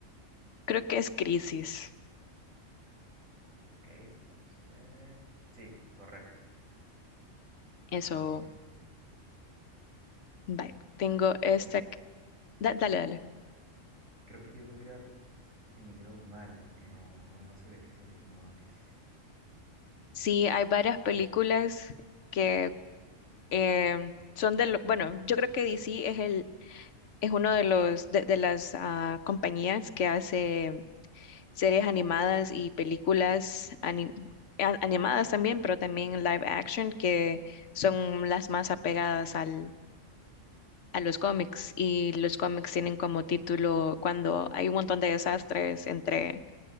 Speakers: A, on the left; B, on the right.
A: Creo que es Crisis.
B: Ok, vamos a ver. Sí, correcto.
A: Eso.
B: Muy bien.
A: Vale, tengo esta.
B: Yo
A: que- da- dale, dale.
B: creo que yo lo hubiera tenido mal porque no, no, no sabía que se le llamaba crisis. <laughs>
A: Sí, hay varias películas
B: Mm,
A: que em, son de lo, bueno, yo creo que DC es el es uno de los de, de las ah, compañías que hace series animadas y películas ani- a- animadas también, pero también live action que son las más apegadas al a los cómics y los cómics tienen como título cuando hay un montón de desastres entre